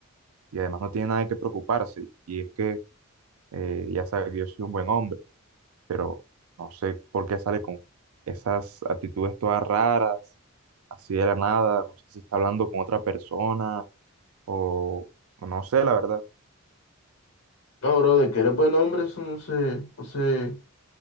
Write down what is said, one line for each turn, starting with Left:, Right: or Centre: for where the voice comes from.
Right: y además no tiene nada de qué preocuparse. Y es que eh, ya sabe que yo soy un buen hombre, pero no sé por qué sale con esas actitudes todas raras, así de la nada, no sé si está hablando con otra persona o o no sé, la verdad.
Left: No, bro, de que eres buen hombre, eso no se, no se,